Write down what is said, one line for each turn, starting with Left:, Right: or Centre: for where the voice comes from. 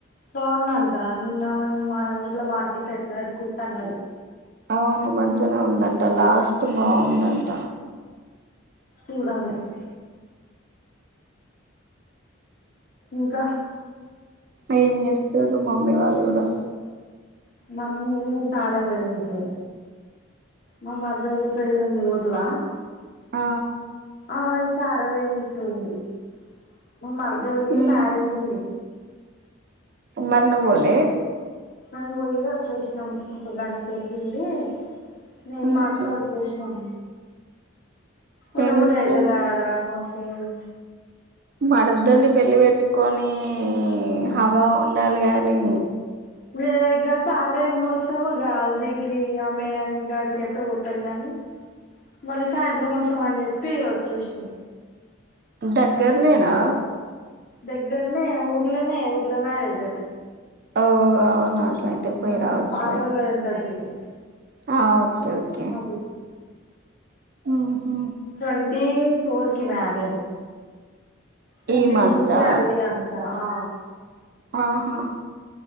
Left: బాగుందంట నిన్న మాన్ మన ఊర్లో మార్కెట్లో ఎట్లాడుకుంట అన్నారు.
Right: అవును మంచినే ఉందంట, లాస్ట్ బాగుందంట.
Left: చూడసలే స్. ఇంకా.
Right: ఏం జెస్తుర్రు మామ్మీ వాళ్ళు గుడా.
Left: మమ్మీ సారే ఓయ్యానికి. మా మరదది పెళ్ళి ఉంది ఊర్లా.
Right: ఆ.
Left: ఆమె సారే వొయినట్టు ఉంది మా మరదల్దీ
Right: మ్మ్
Left: మ్యారేజి ఉంది.
Right: మరి నువ్వు వోలె.
Left: మనం బోయి వచ్చేసినాం ఒక గంట సేపూండి. నేను
Right: ఉహు.
Left: మా అక్క వొచ్చేసీనం. ఉండబుద్దాయల
Right: ఎందుకు
Left: ఆడ మొఫెది.
Right: మర్దలి పెళ్లి వెట్టుకొనీ, హవా ఉండాలి గానీ.
Left: ఏ గ సారేం బోస్. తో గా అల్దికి అమె అనంది గడికి ఎట్టు పోతందని. మళ్ళీ సాయంత్రం వొస్తాం అని చెప్పి వచ్చేసిన.
Right: దగ్గరనేనా.
Left: దగ్గరనే ఊర్లనే ఊర్ల మ్యారేజ్ అది.
Right: ఓ అవును అట్లయితే పోయి
Left: ఆ
Right: రావచ్చులే.
Left: పాలలో ఉంటది చూడు
Right: ఆ ఓకే ఓకే.
Left: అది
Right: ఊహు.
Left: ట్వంటీ ఫోర్ కి మ్యారేజు. ట్వంట
Right: ఈ మంతా
Left: టూ కీ అల్దీ అంట ఆ.
Right: ఆహా.